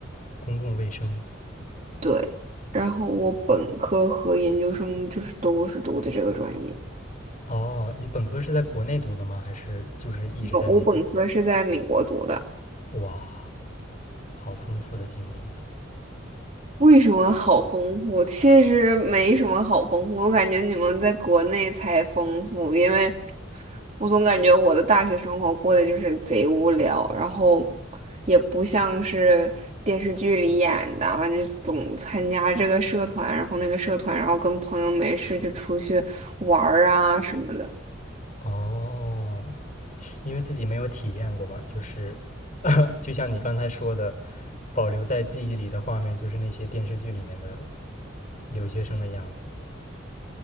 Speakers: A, on the left; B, on the right.
A: 公共卫生。
B: 对，然后我本科和研究生就是都是读的这个专业。
A: 哦，你本科是在国内读的吗？还是就是一直在那边？
B: 我我本科是在美国读的，
A: 哇，好丰富的经历呀！
B: 为什么好丰富？其实没什么好丰富，我感觉你们在国内才丰富，因为我总感觉我的大学生活过得就是贼无聊，然后也不像是电视剧里演的啊，就总参加这个社团，然后那个社团，然后跟朋友没事就出去玩儿啊什么的。
A: 哦，因为自己没有体验过嘛，就是，<laughs> 就像你刚才说的，保留在记忆里的画面就是那些电视剧里面的留学生的样子，